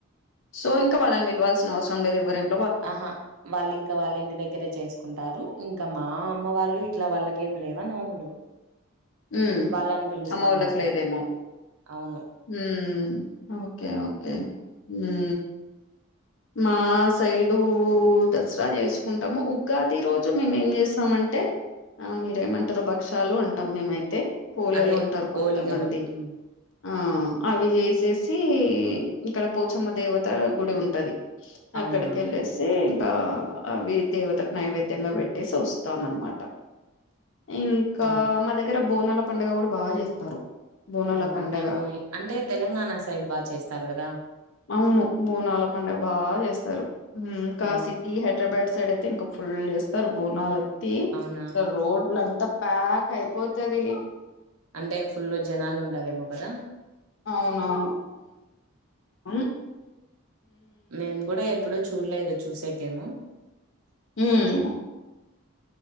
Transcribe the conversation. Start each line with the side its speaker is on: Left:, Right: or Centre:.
Left: సో ఇంకా వాళ్ళని పిలవాల్సిన అవసరం లేదు ఎవరైనా
Right: ఆహా వాళ్ళు ఇంకా వాళ్ళ ఇంటి దగ్గరే చేసుకుంటారు ఇంకా మా అమ్మ వాళ్ళు ఇట్లా వాళ్ళకి ఇంకేం లేవా నోములు
Left: ఉ
Right: వాళ్ళని పిలుస్తాం
Left: అమ్మ వాళ్ళుకు
Right: అంతే
Left: లేదేమో
Right: అవును
Left: ఉ ఓకే ఓకే ఊ మా సైడు దసరా చేసుకుంటాము ఉగాది రోజు మీమేం చేస్తామంటే అంటే ఆ మీరేమంటారు భక్ష్యాలు అంటాం మేమైతే పోలేలు
Right: అదే
Left: ఉంటారు కొత్తమంది
Right: ఓలిగలు హ్మ్.
Left: ఆ అవి చేసేసి ఇక్కడ పోచమ్మ దేవత గుడి ఉంటది ఆక్కడికెళ్ళేసి
Right: అవునా
Left: ఆ అవి దేవతకు నైవేద్యంగా పెట్టేసి వస్తాం అనమాట ఇంకా
Right: ఆహా
Left: మా దగ్గర బోనాల పండుగ కూడా బా చేస్తారు బోనాల
Right: అవునా
Left: పండగ
Right: మేము అంటే తెలంగాణ సైడ్ బా చేస్తారు కదా
Left: అవును బోనాల పండగా బా చేస్తారు ఇంకా
Right: ఆ
Left: సిటీ హైదరాబాద్ సైడ్ అయితే ఇంకా ఫుల్ చేస్ స్తారు బోనాలు ఎత్తి
Right: అవునా
Left: ఇంకా రోడ్లంతా ప్యాక్ అయిపోతది
Right: అంటే ఫుల్లు జనాలు ఉంటారేమో కదా
Left: అవునవును హు
Right: నేను కూడా ఎప్పుడూ చూడలేదు చూసేకేమో
Left: ఉహ్